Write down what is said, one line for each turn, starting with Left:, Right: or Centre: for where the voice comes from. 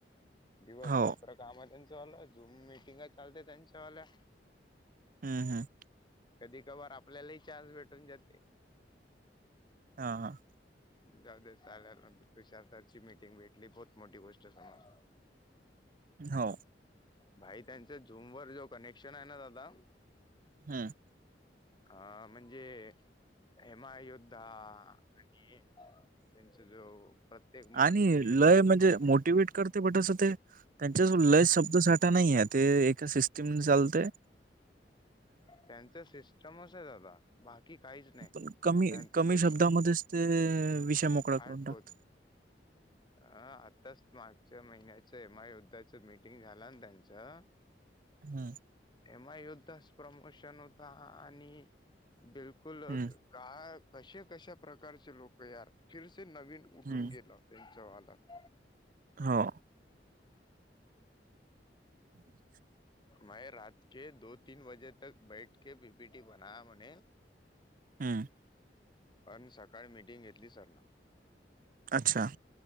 Left: दिवस
Right: हो
Left: रात्र. काम आहे त्यांचं वालं झूम मिटिंग चालते त्यांच्यावाल्या.
Right: हम् हम्.
Left: कधी कभार आपल्यालाही चान्स भेटून जाते.
Right: हा हा.
Left: जा. <unintelligible> तुषार सरची मीटिंग भेटली बहुत मोठी गोष्ट झाली.
Right: हो.
Left: भाई त्यांच्या झूम वर जो कनेक्शन आहे ना दादा.
Right: हम्म.
Left: अ म्हणजे एमायोद्धा. आणि त्यांचा जो प्रत्येक मंथलीचा.
Right: आणि लय म्हणजे मोटिवेट करते बटस अस ते त्यांच्या कड लय शब्द साठा नाही आहेत. ते एका सिस्टीम चालतय.
Left: त्यांच सिस्टमच आहे दादा बाकी काहीच. नाही
Right: पण कमी
Left: त्यांचं
Right: कमी
Left: जो
Right: शब्दामध्येच ते विषय मोकळा करून
Left: आर्ट
Right: टाकत. <inaudible>
Left: अ आताच मागच्या महिन्याच्या एमआय युद्धाच मीटिंग झालं ना त्यांचं.
Right: हम.
Left: एमा युद्धच प्रमोशन होता आणि बिलकुल.
Right: हम्म
Left: काय कशा कशा प्रकारचे लोक यार फिरसे नवीन. उठून
Right: हम्म
Left: गेला त्यांच्या वालात.
Right: हो. <inaudible>
Left: मै राात के दो-तीन बजे तक बैठ के पी पिटी बना म.
Right: हम्.
Left: आणि सकाळ मिटींग घेतली सरना.
Right: अच्छा.